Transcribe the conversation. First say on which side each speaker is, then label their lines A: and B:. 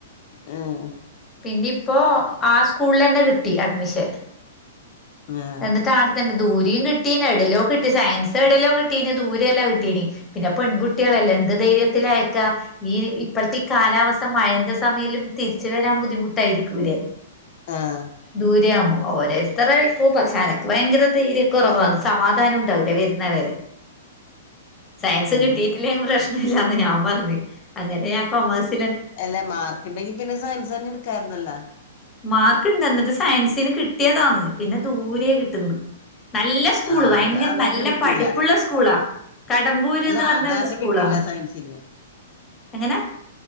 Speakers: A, on the left (about 55°); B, on the left (about 20°).
A: ഉം
B: പിന്നെ ഇപ്പോ ആ സ്കൂളിലെന്നെ കിട്ടി അഡ്മിഷൻ
A: വേറെ
B: എന്നിട്ട് ആടെത്തന്നെ ദൂരിം കിട്ടീന് ഏടല്ലോ കിട്ടി സയൻസ് ഏടലോ കിട്ടീന് ദൂരം എല്ലാം കിട്ടീന് പിന്നെ പെൺകുട്ടികളെല്ലേ എന്ത് ധൈര്യത്തിലായക്കാ? ഈ ഇപ്പോഴത്തെ ഈ കാലാവസ്ഥ മഴന്റെ സമയല്ലും തിരിച്ച് വരാൻ ബുദ്ധിമുട്ടായിരിക്കൂല്ലേ
A: ആഹ്
B: ദൂരെയാമ്പോ ഓരോരുത്തറെ ഓ പക്ഷെ അനക്ക് ഭയങ്കര ധ്യൈര കുറവാന്ന് സമാധാനം ഉണ്ടാവൂല്ല വരുന്നവരെ സയൻസ്
A: ആഹ്
B: കിട്ടീട്ടില്ലങ്ങ് പ്രശ്നില്ലാന്ന് ഞാൻ പറഞ്ഞ് അങ്ങനെ ഞാൻ കൊമേഴ്സ്
A: അല്ലെ മാർക്ക് ഇണ്ടെങ്കി പിന്നെ സയൻസെന്നെ എടുക്കാർന്നല്ലോ
B: മാർക്ക് ഇണ്ട് എന്നിട്ട് സയൻസിന് കിട്ടിയതാന്ന് പിന്നെ ദൂരെയാ കിട്ടുന്ന് നല്ല സ്കൂള്
A: ആഹ്
B: ഭയങ്കര
A: അത് അതാരണം
B: നല്ല
A: വിട്ടില്ല
B: പഠിപ്പുള്ള സ്കൂളാ കടമ്പൂര്ന്ന്
A: അല്ല
B: പറഞ്ഞ
A: അതാരണം
B: ഒരു സ്കൂളാ
A: വിട്ടില്ല സയൻസിന്
B: എങ്ങനെ?